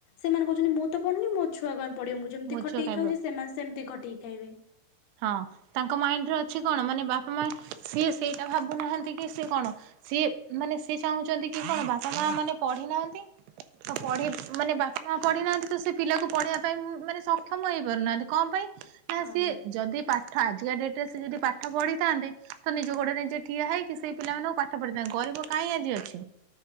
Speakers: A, on the left (about 75°); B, on the right (about 85°).
A: ସେମାନେ କହୁଛନ୍ତି ମୁଁ ତ ପଢନି ମୋ ଛୁଆ କାଇଁ ପଡ଼ିବ ମୁଁ ଯେମିତି
B: ମୋ
A: ଖଟିକି
B: ଛୁଆ କାଇଁ
A: ଖାଉଛି ସେମାନେ ସେମିତି ଖଟିକି ଖାଇବେ।
B: ହଁ। ତାଙ୍କ ମାଇଣ୍ଡରେ ଅଛି କଣ ମାନେ ବାପା ମା ସିଏ ସେଇଟା ଭାବୁନାହାନ୍ତି କି ସିଏ କଣ ସିଏ ମାନେ ସିଏ ଚାହୁଁଛନ୍ତି କି କଣ ବାପା ମା ମାନେ ପଢି ନାହାନ୍ତି ତ ପଢି ମାନେ ବାପା ମା ପଢି ନାହାନ୍ତି ତ ସେ ପିଲାକୁ ପଢେଇବା ପାଇଁ ଉଁ ମାନେ ସକ୍ଷମ ହେଇପାରୁନାହାନ୍ତି କଂପାଇଁ ନା
A: ହଁ।
B: ସିଏ ଯଦି ପା ଠ ଆଜିକା ଡେଟ ରେ ସେ ଯଦି ପାଠ ପଢିଥାନ୍ତେ ତ ନିଜ ଗୋଡରେ ନିଜେ ଠିଆ ହେଇକି ସେଇ ପିଲାମାନଙ୍କୁ ପା ଠ ପଢିଥାନ୍ତେ ଗରିବ କାଇଁ ଆଜି ଅଛି